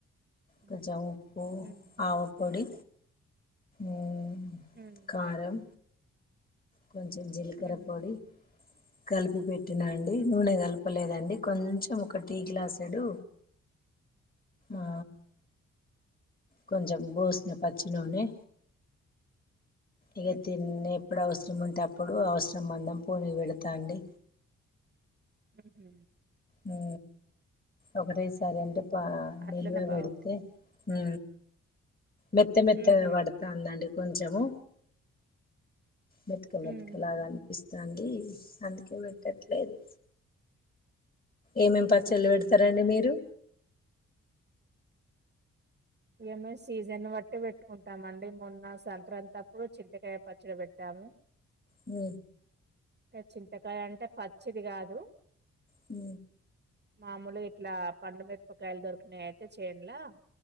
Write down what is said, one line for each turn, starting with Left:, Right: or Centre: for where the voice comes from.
Right: ఉహు.
Left: కొంచెం ఉప్పు
Right: ఉమ్
Left: ఆవ పొడి ఉమ్
Right: ఉమ్
Left: కారం కొంచెం జీలకర్ర
Right: ఉమ్
Left: పొడి కలిపి పెట్ట టినండి
Right: ఉమ్
Left: నూనె కలపలేదండి కొంచెం ఒక టీ గ్లాసేడు ఆ కొంచం పోసిన పచ్చి నూనె ఇగ
Right: ఉహు
Left: తిన్నన్నెప్పుడు అవస ము ఉంటే అప్పుడు అవసరం మందం పోనీ పెడతాండి
Right: ఉహ
Left: హు ఒకటే సారి అంటే పా
Right: అట్లనే
Left: నిల్వ పెడుతే
Right: బావు
Left: హ మెత్త మెత్తగా
Right: ఉహు
Left: పడుతండి అండి కొంచము మెతుక మెతుకలాగా
Right: ఉమ్
Left: అనిపిస్తాంది అీ అందుకే పెట్టట్లేదు ఏమేం పచ్చళ్ళు
Right: ఉహు
Left: పెడతారండి మీరు
Right: ఏమే సీజన్ బట్టి పెట్టుకుంటామండి మొన్న సంక్రాంతి అప్పుడు చింతకాయ పచ్చడి పెట్టాము
Left: హ
Right: టే చింతకాయ అంటే పచ్చిది కాదు
Left: హ
Right: మామూలుగా ఇట్లా పండు మిరపకాయలు దొరికినాయి అయితే చేయన్లా